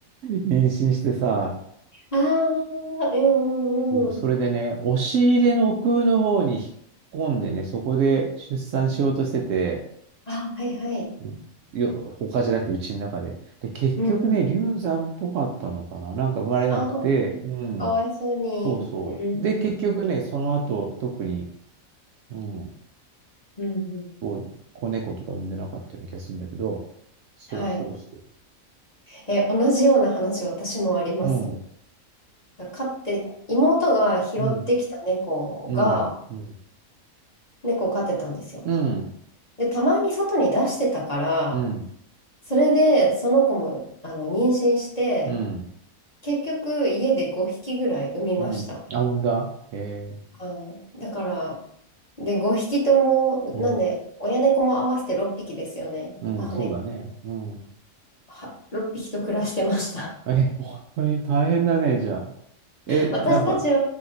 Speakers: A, on the right; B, on the left.
A: 妊娠してさ、
B: ああ、うんうんうん。
A: そうそれでね、押し入れの奥の方に引っ込んでね、そこで出産しようとしてて、
B: あ、はいはい。
A: うんよ、他じゃなくてうちの中で。で、結局ね、
B: うん。
A: 流産っぽかったのかななんか生まれなくて、
B: ああ、
A: うん。
B: かわいそうに。
A: そうそう。
B: うん。
A: で、結局ね、その後、特に、うん、
B: うんうん。
A: そう、子猫とか産んでなかったような気がするんだけど、そうそうそ
B: はい。え、同じような話、私もあります。
A: う。うん、
B: 飼って、妹が拾ってきた猫が、
A: うん、うん、うん、
B: 猫を飼ってたんですよ。
A: うん、
B: で、たまに外に出してたから、
A: うん、
B: それで、その子も、あの、妊娠して、
A: うん、
B: 結局、家で5匹ぐらい産みました。
A: うん。あ、産んだえ
B: はい。だから、で、5匹とも、
A: ー、
B: なんで、
A: うん、
B: 親猫も合わせて6匹ですよね。
A: うん、
B: 母猫。
A: そうだね。うん。
B: は、6匹と暮らしてました。
A: え、本当に大変だね、じゃあ。え、
B: 私たちは
A: なんか、